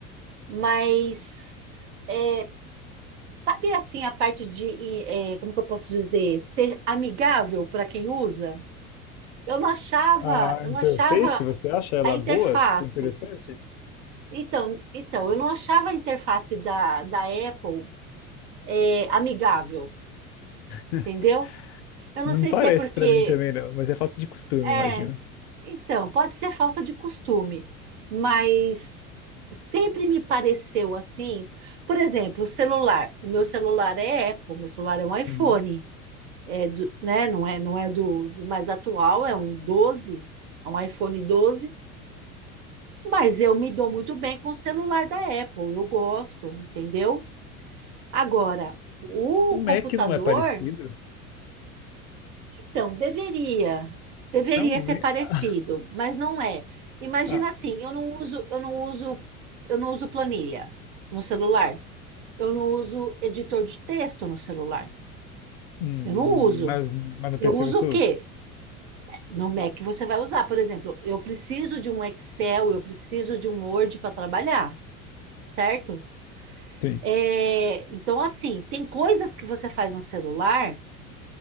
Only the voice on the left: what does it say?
A
interface,
você acha ela
boa? Tipo, interessante?
<laughs>
Não
parece
pra mim também, não, mas é falta de costume,
imagina.
Uhum.
O Mac
não é parecido?
Não,
e-
ah,
ah,
hum,
mas, mas no
PC
você
usa?
Sim.